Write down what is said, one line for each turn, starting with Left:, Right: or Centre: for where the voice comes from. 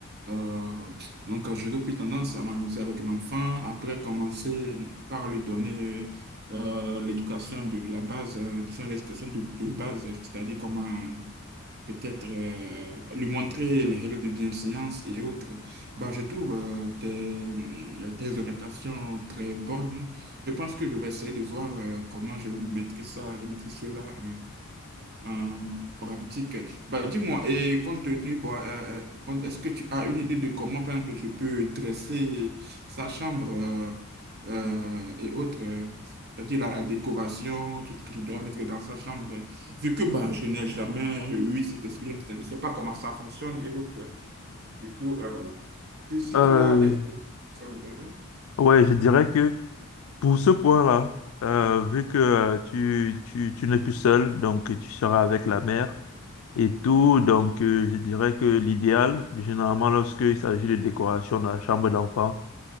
Right: euh, donc euh, j'aurais plus tendance à m'amuser avec l'enfant, après commencer par lui donner euh, l'éducation de la base, euh, disons l'éducation de, de base, c'est-à-dire comment peut-être euh, lui montrer les règles de bienséance et autres. Bah, je trouve euh, tes, euh, tes orientations très bonnes. Je pense que je vais essayer de voir euh, comment je maîtrise ça, je maîtrise cela en pratique. Bah, dis-moi, et compte tenu, bon, euh, euh, compte- est-ce que tu as une idée de comment, par exemple, je peux dresser sa chambre euh, euh, et autres, euh, c'est-à-dire la décoration, tout ce que je dois mettre dans sa chambre, vu que bah, je n'ai jamais eu cette expérience, je ne sais pas comment ça fonctionne et autres. Du coup, euh, si, si
Left: Euh,
Right: tu as des... ça me donne-
Left: ouais, je dirais que pour ce point-là, euh, vu que euh, tu, tu, tu n'es plus seul, donc tu seras avec la mère et tout, donc euh, je dirais que l'idéal, généralement lorsqu'il s'agit de décoration dans la chambre d'enfant,